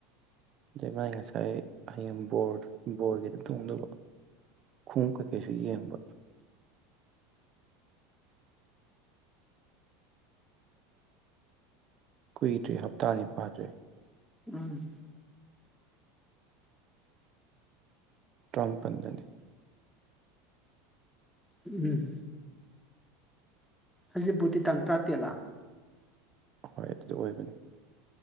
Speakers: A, on the right; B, in the centre.
A: <unintelligible> ꯉꯁꯥꯏ ꯍꯌꯦꯡ ꯕꯣꯔ ꯕꯣꯔꯒꯤꯗ ꯇꯣꯡꯗꯧꯕ ꯈꯣꯡꯉꯨꯞ ꯀꯩꯀꯩꯁꯨ ꯌꯦꯡꯕ꯫ ꯀꯨꯏꯗ꯭ꯔꯤ ꯍꯞꯇꯥ ꯑꯅꯤ ꯐꯥꯗ꯭ꯔꯤ꯫
B: ꯎꯝ꯫
A: ꯇ꯭ꯔꯥꯝꯄꯟꯗꯅꯦ꯫
B: ꯎꯃ꯫ ꯍꯩꯖꯤꯕꯨꯨꯠꯇꯤ ꯇꯥꯡ ꯇ꯭ꯔꯥꯇꯦꯠꯂꯥ꯫
A: ꯍꯣꯏ ꯑꯗꯨꯗ ꯑꯣꯏꯕꯅꯦ꯫